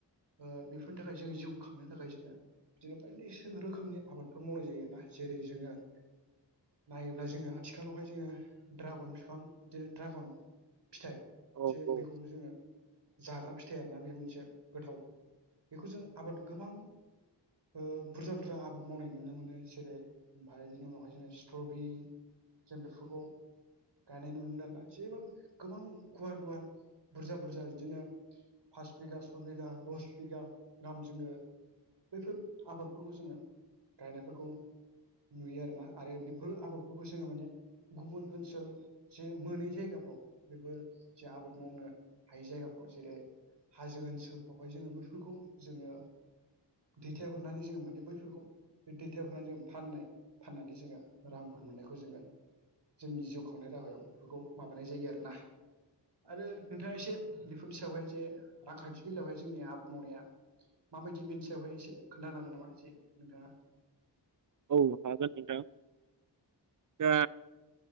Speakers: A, on the right; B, on the right.
A: ओ बेफोरनि थाखाय जोङो जिउ खांनो थाखाय जोङो बिदिनो बायदिसो रोखोमनि आबादफोर मावनाय जायो आरोना जेरै जोङो नायोब्ला जोङो आथिखालावहाय जोङो ड्रागन बिफां बिदिनो ड्रागन फिथाइ
B: औ
A: जे बेखौ जोङो जाग्रा फिथाइ आरोना बे मोनसे गोथाव बेखौ जों आबाद गोबां बुरजा बुरजा आाद मावनाय नुनो मोनो जेरै ओमफ्राय बेनि उनावहाय जोङो स्ट्रबेरि जों बेफोरखौ गायनाय नुनो मोनो आरोना जेबां गोबां गुवार गुवार बुरजा बुरजा बिदिनो फास बिगा सय बिगा दस बिगा गाहाम जोङो बैफोर आबादफोरखौ जोङो गायनायफोरखौ नुयो आरोना आरो बे फोर आबादफोरखौ जोङो माने गुबुन ओनसोल जे मोनै जायगाफ्राव बेफोर जे आबाद मावनो हाय जायगाफ्राव जेरै हाजो ओनसोलफ्रावहाय जोङो बेफोरखौ जोङो दैथायहरनानै जोङो माने बैफोरखौ बे दैथायहरनानै जो फाननाय फाननानै जोङो रांफोर मोननायखौ जोङो जोंनि जिउ खांनाय राहायाव बेफोरखौ माबानाय जायो आरोना। आरो नोंथाङा एसे बेफोरनि सायावहाय जे रांखान्थि बेलायावहाय जोंनि आबाद मावनाया माबायदि बेनि सायावहाय एसे खोन्थानो हागोन नामा जे नोंथाङा
B: औ हागोन नोंथां दा
A: औ